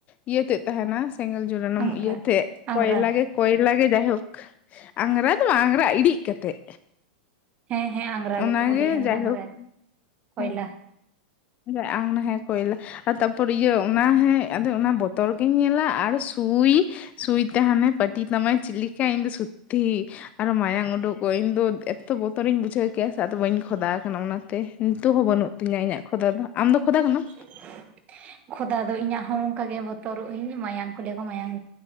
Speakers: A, on the left; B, on the right.
A: ᱤᱭᱟᱹ ᱛᱮᱫ ᱛᱟᱦᱮᱱᱟ ᱥᱮᱜᱮᱞ ᱡᱚᱞᱟᱱᱚᱱ
B: ᱟᱝᱜᱽᱨᱟ
A: ᱤᱭᱟᱹ ᱛᱮᱜ
B: ᱟᱝᱜᱽᱨᱟ
A: ᱠᱚᱭᱞᱟ ᱜᱮ ᱠᱚᱭᱞᱟ ᱜᱮ ᱡᱟᱭᱦᱳᱠ ᱟᱝᱨᱟ ᱫᱚ ᱵᱟᱝ ᱟᱝᱨᱟ ᱤᱲᱤᱜ ᱠᱟᱛᱮᱜ
B: ᱦᱮᱸ ᱦᱮᱸ ᱟᱝᱨᱟ
A: ᱚᱱᱟᱜᱮ
B: ᱜᱮᱛᱚ ᱠᱚ ᱞᱟᱹᱭᱟ ᱚᱱᱟᱫᱚ
A: ᱡᱟᱭᱦᱳᱠ
B: ᱟᱝᱨᱟ ᱠᱚᱭᱞᱟ
A: ᱦᱮᱸ ᱟᱝ ᱱᱟ ᱦᱮ ᱠᱚᱭᱞᱟ ᱟ ᱛᱟᱯᱚᱨ ᱤᱭᱟᱹ ᱚᱱᱟ ᱦᱮᱸ ᱟᱫᱚ ᱚᱱᱟ ᱵᱚᱛᱚᱨ ᱜᱮᱤᱧ ᱧᱮᱞᱟ ᱟᱨ ᱥᱩᱭ ᱥᱩᱭᱛᱮ ᱦᱟᱱᱮ ᱯᱟᱹᱴᱤ ᱛᱟᱢᱟᱭ ᱪᱤᱞᱤᱠᱟ ᱤᱧ ᱫᱚ ᱥᱚᱛᱛᱤ ᱟᱨᱚ ᱢᱟᱭᱟᱝ ᱩᱰᱩᱠᱚᱜ ᱤᱧ ᱫᱚ ᱮᱛᱚ ᱵᱚᱛᱚᱨᱤᱧ ᱵᱩᱡᱷᱟᱹᱣ ᱠᱮᱥ ᱟᱫᱚ ᱵᱟᱹᱧ ᱠᱷᱚᱫᱟ ᱠᱟᱱᱟ ᱚᱱᱟᱛᱮ ᱱᱤᱛᱚᱜ ᱦᱚᱸ ᱵᱟᱹᱱᱩᱜ ᱛᱤᱧᱟᱹ ᱤᱧᱟᱹᱜ ᱠᱷᱚᱫᱟ ᱫᱚ ᱟᱢᱫᱚ ᱠᱷᱚᱫᱟ ᱠᱟᱱᱟᱢ
B: <unintelligible> ᱠᱷᱚᱫᱟ ᱫᱚ ᱤᱧᱟᱹᱜ ᱦᱚᱸ ᱚᱱᱠᱟᱜᱮ ᱵᱚᱛᱚᱨᱚᱜ ᱟᱹᱧ ᱢᱟᱭᱟᱢ ᱠᱚ ᱞᱟᱹᱭ ᱠᱚ ᱢᱟᱭᱟᱝ